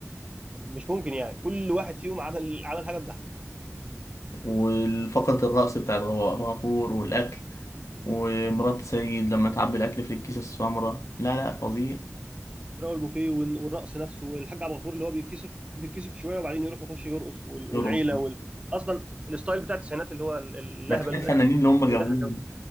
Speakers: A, on the right; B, on the left.
A: مش ممكن يعني كل واحد فيهم عمل عمل حاجه بتضحك
B: والفقرة الرقص بتاع الغ- الغفور والاكل ومرات سيد لما تعبي الأكل في الكيسة السمراء لا لا فظيع
A: اسراء البوفيه والن- والرقص نفسه والحاج عبد الغفور اللي هو بيتكسف بيتكسف شويه وبعدين يروح يخش يرقص وال-
B: يرقص
A: والعيله وال... اصلا الستايل بتاع التسعينات اللي هو ال- اللهبل
B: ده كفاية الفنانين
A: ده
B: اللي
A: <laughs>
B: هم جابوهم
A: بيضحك قوي